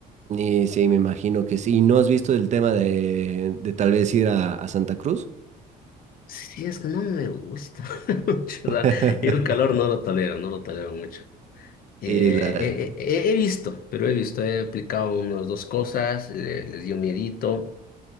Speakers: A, on the right; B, on the left.
A: Y sí, me imagino que sí. ¿Y no has visto el tema de, de tal vez ir a, a Santa Cruz?
B: Sí, es que no me gusta <laughs> mucho.
A: <laughs>
B: o sea, Yo el calor no lo tolero, no lo tolero mucho. Eh,
A: Y la-
B: he, he- he visto, pero he visto, he aplicado unas dos cosas, le- les dio miedito.